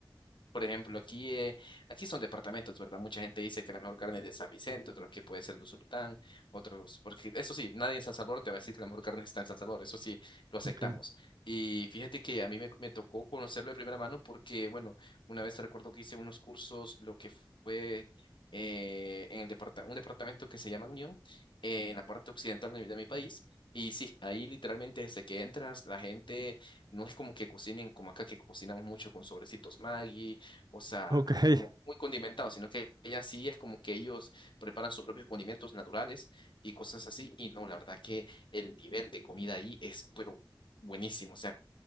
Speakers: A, on the left (about 75°); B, on the right (about 55°).
A: Por ejemplo, aquí, eh, aquí son departamentos, ¿verdad? Mucha gente dice que la mejor carne es de San Vicente, otros que puede ser de Usulután, otros, porque eso sí, nadie en San Salvador te va a decir que la mejor carne está en San Salvador, eso sí, lo aceptamos.
B: Ok,
A: Y fíjate que a mí me, me tocó conocerlo de primera mano porque, bueno, una vez recuerdo que hice unos cursos, lo que fue eh, en el departa- un departamento que se llama La Unión, eh, en la parte occidental de mi de mi país. Y sí, ahí literalmente desde que entras, la gente no es como que cocinen como acá, que cocinamos mucho con sobrecitos Maggi, o sea,
B: Ok, <laughs>
A: como muy condimentado, sino que ella sí es como que ellos preparan sus propios condimentos naturales y cosas así. Y no, la verdad que el nivel de comida ahí es, pero buenísimo. O sea,